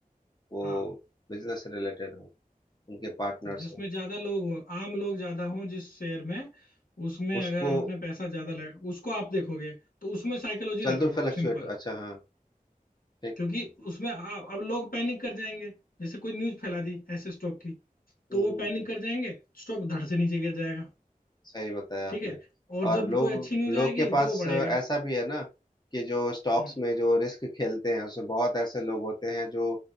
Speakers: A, on the left; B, on the left.
A: वो
B: हाँ
A: बिजनेस रिलेटेड हो उनके पार्टनर्स
B: जिसमें
A: हो
B: ज्यादा लोग हो आम लोग ज्यादा हो जिस शेयर में उसमें
A: उसको
B: अगर आपने पैसा ज्यादा लगा उसको आप देखोगे तो उसमें साइकोलॉजी
A: चल
B: लगाओ
A: दो फ्लक्चुएट
B: आप सिंपल
A: अच्छा हाँ ठीक
B: क्योंकि उसमें आ, अब लोग पैनिक कर जाएंगे जैसे कोई न्यूज फैला दी ऐसे स्टॉक की तो
A: हम्म
B: वो
A: हम्म
B: पैनिक
A: हम्म,
B: कर जाएंगे स्टॉक धड़ से नीचे गिर जाएगा
A: सही बताया
B: ठीक
A: आपने
B: है और
A: और
B: जब
A: लोग
B: कोई अच्छी न्यूज
A: लोग
B: आएगी
A: के पास
B: तो वो बढ़ेगा
A: ऐसा भी है ना कि जो स्टॉक्स
B: हम्म
A: में जो रिस्क खेलते हैं उसमें बहुत ऐसे लोग होते हैं जो